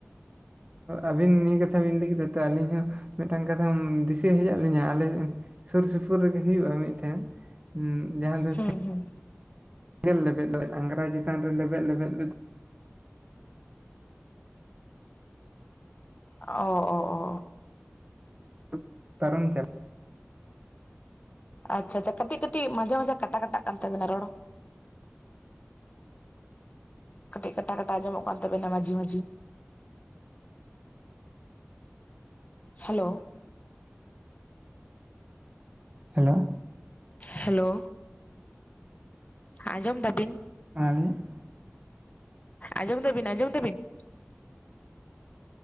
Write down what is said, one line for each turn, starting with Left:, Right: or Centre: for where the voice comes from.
Right: ᱟᱹᱵᱤᱱ ᱱᱤᱭᱟᱹ ᱠᱟᱛᱷᱟ ᱵᱤᱱ ᱞᱟᱹᱭ ᱠᱮᱫᱟ ᱛᱚ ᱟᱹᱞᱤᱧ ᱦᱚᱸ ᱢᱤᱫᱴᱟᱝ ᱠᱟᱛᱷᱟᱢ ᱫᱤᱥᱟᱹ ᱦᱮᱡ ᱟᱜ ᱞᱤᱧᱟᱹ ᱟᱞᱮ ᱥᱩᱨ ᱥᱩᱯᱩᱨ ᱨᱮᱜᱮ ᱦᱩᱭᱩᱜᱼᱟ ᱢᱤᱫᱴᱮᱱ᱾ ᱦᱩᱸ ᱡᱟᱦᱟᱸ ᱫᱚ
Left: ᱦᱩᱸ ᱦᱩᱸ
Right: ᱮᱸᱜᱮᱞ ᱞᱮᱵᱮᱫ ᱫᱚ ᱟᱝᱨᱟ ᱪᱮᱛᱟᱱ ᱨᱮ ᱞᱮᱵᱮᱫ ᱞᱮᱵᱮᱫ ᱞᱮ
Left: ᱚ ᱚ ᱚ
Right: ᱛᱟᱹ ᱛᱟᱨᱚᱢ ᱪᱟᱞ
Left: ᱟᱪᱪᱷᱟ ᱟᱪᱪᱷᱟ ᱠᱟᱹᱴᱤᱡ ᱠᱟᱹᱴᱤᱡ ᱢᱟᱡᱷᱟ ᱢᱟᱡᱷᱟ ᱠᱟᱴᱟ ᱠᱟᱴᱟᱜ ᱠᱟᱱ ᱛᱟᱵᱮᱱᱟ ᱨᱚᱲ᱾ ᱠᱟᱹᱴᱤᱡ ᱠᱟᱴᱟ ᱠᱟᱴᱟ ᱟᱸᱚᱢᱚᱜ ᱠᱟᱱ ᱛᱟᱵᱮᱱᱟ ᱢᱟᱹᱡᱷᱤ ᱢᱟᱹᱡᱷᱤ ᱦᱮᱞᱳ
Right: ᱦᱮᱞᱳ
Left: ᱦᱮᱞᱳ ᱟᱸᱡᱚᱢ ᱫᱟᱵᱤᱱ
Right: <unintelligible>
Left: ᱟᱸᱡᱚᱢ ᱫᱟᱵᱤᱱ ᱟᱸᱡᱚᱢ ᱫᱟᱵᱤᱱ?